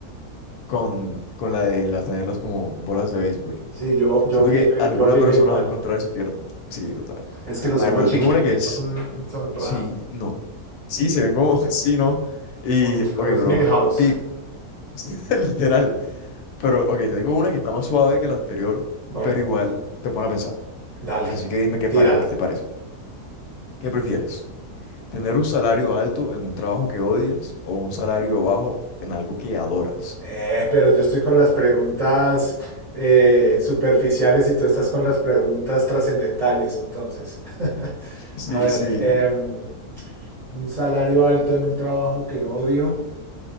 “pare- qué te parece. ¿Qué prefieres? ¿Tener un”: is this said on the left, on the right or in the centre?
Left